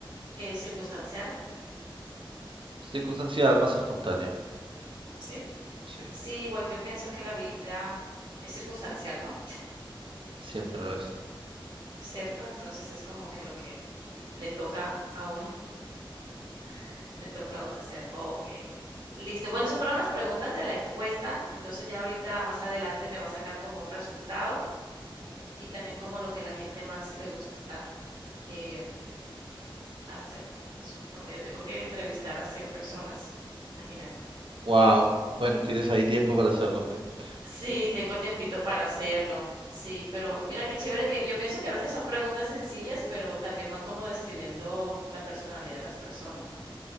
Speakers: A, on the right; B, on the right.
A: eh, circunstancial,
B: Circunstancial, más espontáneo.
A: ¿sí?
B: Sí,
A: Sí, igual yo pienso que la vida es circunstancial, ¿no?
B: siempre lo es.
A: ¿cierto? Entonces es como que lo que le toca a uno, <laughs> le toca a uno hacer. Ok, listo. Bueno, esas fueron las preguntas de la encuesta. Entonces ya ahorita más adelante me va a sacar como un resultado y también como lo que la gente más le gusta eh, hacer. Es un promedio. Tengo que entrevistar a 100 personas, imagínate.
B: Wow. Bueno, tienes ahí tiempo para hacerlo, felizmente.
A: Sí, tengo tiempito para hacerlo. Sí, pero mira qué chévere que yo pienso que a veces son preguntas sencillas, pero también van como describiendo la personalidad de las personas, ¿no?